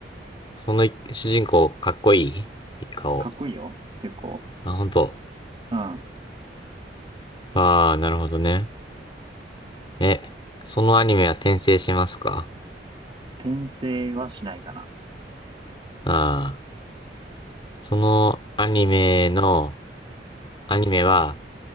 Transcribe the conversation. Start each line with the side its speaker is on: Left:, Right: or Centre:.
Left: う。そのい主人公かっこいい顔。
Right: かっこいいよ。結構。
Left: あ、本当。
Right: うん。
Left: ああ、なるほどね。え、そのアニメは転生しますか
Right: 転生はしないかな。
Left: ああ、そのアニメの、アニメは、